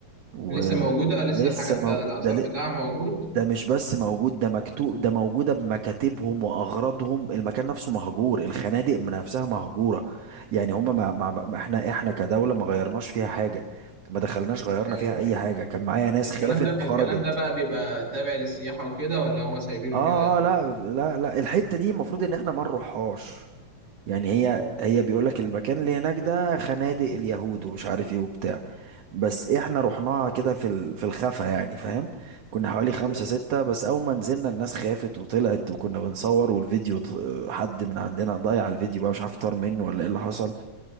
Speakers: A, on the right; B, on the right.
A: و
B: لسه موجودة لسه
A: لسه
B: الحاجات
A: ما
B: الأثر
A: ده
B: بتاعها موجود
A: ده مش بس موجود ده مكتوب ده موجودة بمكاتبهم وأغراضهم المكان نفسه مهجور الخنادق من نفسها مهجورة يعني هما ما ما ما- احنا احنا كدولة ما غيرناش فيها حاجة ما دخلناش غيرنا
B: أيوه
A: فيها أي
B: أيوه
A: حاجة كان معايا ناس
B: الكلام
A: خافت
B: ده
A: وخرجت
B: الكلام ده بقى بيبقى تابع للسياحة وكده ولا هو سايبينه
A: اه
B: كده؟
A: اه لا لا لا الحتة دي المفروض ان احنا ما نروحهاش يعني هي
B: اه
A: هي بيقول لك المكان اللي هناك ده خنادق اليهود ومش عارف ايه وبتاع بس احنا رحناها كده في ال- في الخفا يعني فاهم كنا حوالي خمسة
B: أيوه
A: ستة بس اول ما نزلنا الناس خافت وطلعت وكنا بنصور والفيديو ض- حد من عندنا ضيع الفيديو بقى مش عارف طار منه ولا ايه اللي حصل